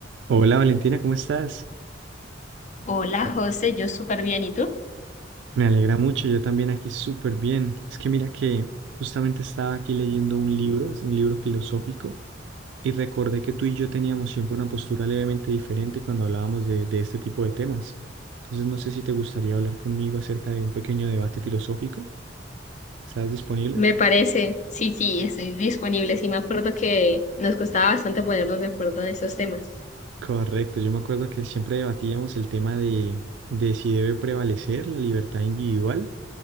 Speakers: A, on the right; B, on the left.
A: Hola Valentina, ¿cómo estás?
B: Hola José, yo súper bien, ¿y tú?
A: Me alegra mucho, yo también aquí súper bien. Es que mira que justamente estaba aquí leyendo un libro, es un libro filosófico, y recordé que tú y yo teníamos siempre una postura levemente diferente cuando hablábamos de, de este tipo de temas. Entonces no sé si te gustaría hablar conmigo acerca de un pequeño debate filosófico. ¿Estás disponible?
B: Me parece, sí, sí, estoy disponible. Sí, me acuerdo que nos costaba bastante ponernos de acuerdo en esos temas.
A: Correcto, yo me acuerdo que siempre debatíamos el tema de, de si debe prevalecer la libertad individual